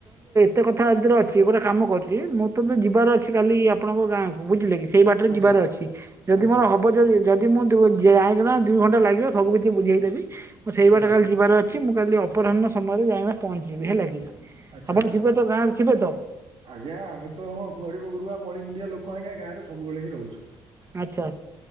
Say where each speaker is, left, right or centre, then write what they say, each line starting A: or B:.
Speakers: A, on the right; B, on the right.
A: ତେ କଥା ଆ ଭିତରେ ଅଛି ଗୋଟେ କାମ କରୁଛି। ମୁଁ ତେ ଯିବାର ଅଛି କାଲି ଆପଣଙ୍କ ଗାଁକୁ ବୁଝିଲେ କି ସେଇ ବାଟରେ
B: ଆଚ୍ଛା
A: ଯିବାର ଅଛି। ଯଦି
B: ଆଚ୍ଛା
A: ମୋର ହବ ଯ ଯଦି ମୁଁ ଯାଇଁକିନା ଦୁଇ ଘଣ୍ଟା ଲାଗିବ ସବୁ କିଛି ବୁଝେଇଦେବି ମୁ ସେଇ ବାଟେ
B: ଆଚ୍ଛା
A: କାଲି ଯିବାର ଅଛି ମୁଁ କାଲି ଅପରାହ୍ଣ ସମୟରେ ଯାଇକିନା ପହଞ୍ଚିବି ହେଲା କି?
B: ଆଛା
A: ଆପଣ
B: ଆଛା
A: ଥିବେ ତ ଗାଁରେ ଥିବେ ତ
B: ଆଜ୍ଞା ଆମେ ତ ହଉ ଗରିବ ଗୁରୁବା ମଳି ମୁଣ୍ଡିଆ ଲୋକ ଆଜ୍ଞା ଗାଁରେ ସବୁବେଳେ ହିଁ ରହୁଚୁ।
A: ଆଚ୍ଛା ଆଛା